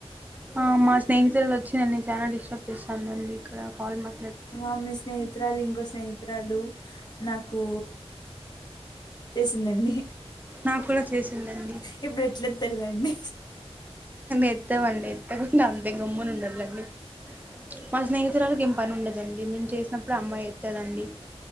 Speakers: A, on the right (about 15°); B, on the left (about 40°).
A: ఆ మా స్నేహితులు వచ్చి నన్ను చానా డిస్టర్బ్ చేస్తారాండి ఇక్కడ కాల్ మా
B: ఆ మీ స్నేహితురాలు ఇంకో స్నేహితురాలు నాకు చేసిందండి
A: నాకు కూడా చేసిందండి
B: ఇప్పుడు ఎట్ల ఎత్తల్లండి
A: ఎత్తామండి ఎత్తకుండా అంతే గమ్మున ఉండాలండి మా స్నేహితురాలకి ఏం పని ఉండదండి. నేను చేసినప్పుడు అమ్మాయి ఎత్తదండి